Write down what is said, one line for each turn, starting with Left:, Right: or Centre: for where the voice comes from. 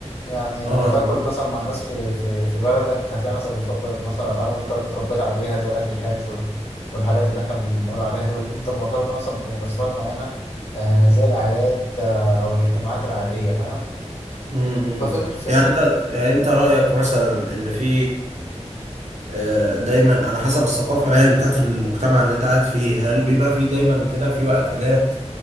Left: يعني لو
Right: اه
Left: بتاكل
Right: اه
Left: مثلا مع ناس في في في بلدك هتلاقي نفسك بتفضل مثلا الأطعمة اللي أنت اتربيت عليها زي الأكل الحرش وال- والحاجات اللي إحنا بنقول عليها دي واللي أنت مرتبطة مثلا بمناسبات معينة آه زي الأعياد آه أو الاجتماعات العائلية فاهم
Right: أمم، أمم.
Left: ففكرة فكرة
Right: يعني انت يعني انت رأيك مثلا ان في آه، دايما على حسب الثقافة يعني بتاعت المجتمع اللي انت قاعد فيه هل بيبقى في دايما كده في اكلات